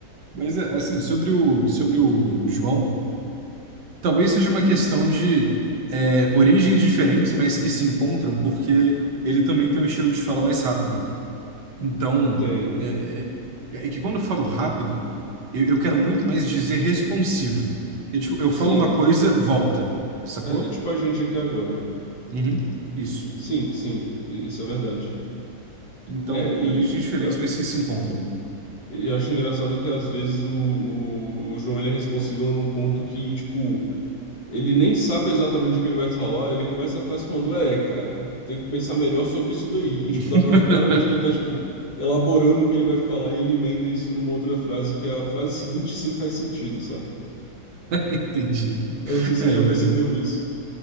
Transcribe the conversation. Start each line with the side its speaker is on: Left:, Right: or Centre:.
Right: Mas é, assim, sobre o, sobre o o João. Talvez seja uma questão de é, origens diferentes, mas que se encontram, porque ele também tem um estilo de fala mais rápido. Então,
Left: Tem.
Right: é, é- é é que quando eu falo rápido, eu, eu quero muito mais dizer responsivo. Eu, tipo, eu
Left: Sim,
Right: falo uma
Left: é
Right: coisa,
Left: tipo,
Right: volta. Sacou?
Left: é é tipo a gente aqui agora.
Right: Uhum, isso.
Left: Sim, sim, i- isso é verdade.
Right: Então,
Left: É, e,
Right: origens diferentes, mas que se encontram.
Left: Eu acho engraçado que às vezes o, o, o João ele é responsível num ponto que, tipo, ele nem sabe exatamente o que ele vai falar, ele começa a frase falando, é, cara, tem que pensar melhor sobre isso daí. E, tipo,
Right: <laughs>
Left: dá pra ver claramente que ele tá, tipo, elaborando o que ele vai falar e ele emenda isso numa outra frase, que a frase seguinte sim faz sentido, sabe?
Right: Entendi.
Left: Eu não sei se
Right: É,
Left: você já
Right: velho.
Left: percebeu isso.